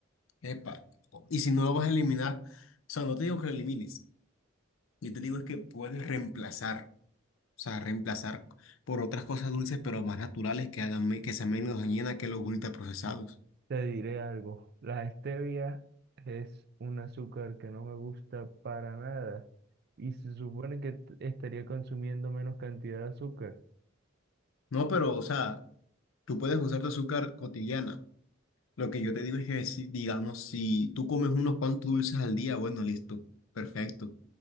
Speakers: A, on the left; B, on the right.
A: epa. Y si no lo vas a eliminar, o sea, no te digo que lo elimines, yo te digo es que puedes reemplazar, o sea, reemplazar por otras cosas dulces pero más naturales que hagan, me- que sean menos dañinas que los ultraprocesados.
B: Te diré algo, la stevia es un azúcar que no me gusta para nada y se supone que t- estaría consumiendo menos cantidad de azúcar.
A: No, pero, o sea, tú puedes usar tu azúcar cotidiana. Lo que yo te digo es que, si, digamos, si tú comes unos cuantos dulces al día, bueno, listo, perfecto.